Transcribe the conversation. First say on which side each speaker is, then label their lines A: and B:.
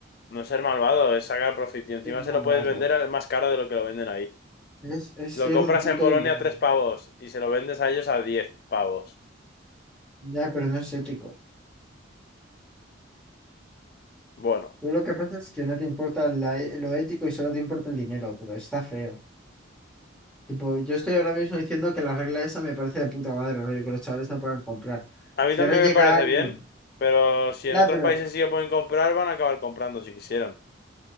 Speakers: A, on the left (about 50°); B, in the centre.
A: No es ser malvado, es sacar profit. Y encima
B: Es malvado.
A: se lo puedes vender al más caro de lo que lo venden ahí.
B: Es, es
A: Lo
B: ser
A: compras
B: un puto
A: en Polonia
B: villano.
A: a tres pavos y se lo vendes a ellos a diez pavos.
B: Ya, pero no es ético.
A: Bueno.
B: Tú lo que pasa es que no te importa la e- lo ético y solo te importa el dinero, pero está feo. Tipo, yo estoy ahora mismo diciendo que la regla esa me parece de puta madre, rollo, que los chavales no puedan comprar.
A: A
B: Si
A: mí también
B: ahora llega
A: me parece
B: alguien,
A: bien, pero si
B: ya,
A: en otros
B: pero,
A: países sí que pueden comprar, van a acabar comprando si quisieran.